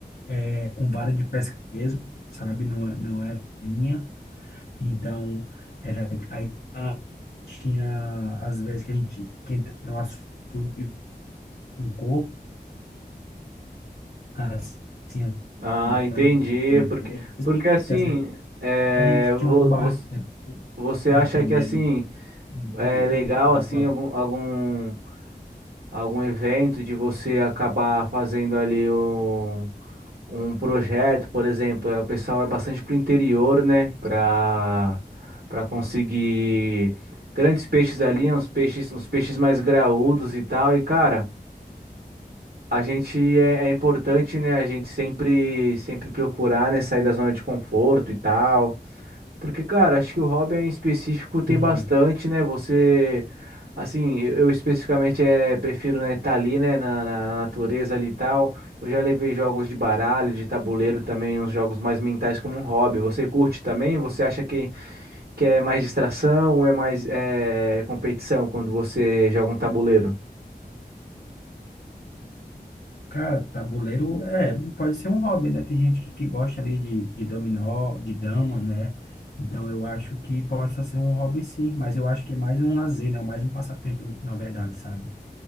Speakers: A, on the left; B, on the right.
A: eh, com vara de pesca mesmo, sabe? Não, é- não era linha, então era aí ah, tinha às vezes que a gente que entrava no açude com assim,
B: Ah,
A: andando
B: entendi.
A: mesmo.
B: Porque, porque
A: E
B: assim,
A: às vezes
B: é,
A: a gente
B: vo-
A: tinha um barco,
B: vo-
A: né,
B: você
A: dependendo
B: acha que assim
A: do,
B: é legal
A: do lugar.
B: assim algum, algum algum evento de você acabar fazendo ali um um projeto, por exemplo, é, o pessoal é bastante pro interior, né, para para conseguir grandes peixes ali, uns peixes uns peixes mais graúdos e tal. E cara, A gente é, é importante, né? A gente sempre, sempre procurar, né? Sair da zona de conforto e tal. Porque, cara, acho que o hobby em específico tem
A: Assim,
B: bastante, né? Você, assim, eu, eu especificamente é, prefiro, né? Estar ali, né? Na, na- na natureza ali e tal. Eu já levei jogos de baralho, de tabuleiro também, uns jogos mais mentais como um hobby. Você curte também? Você acha que, que é mais distração ou é mais é, competição quando você joga um tabuleiro?
A: cara, tabuleiro é, pode ser um hobby, né? Tem gente que, que gosta ali de, de dominó, de dama, né? Então eu acho que possa ser um hobby sim, mas eu acho que é mais um lazer, né? É Mais um passatempo, na verdade, sabe?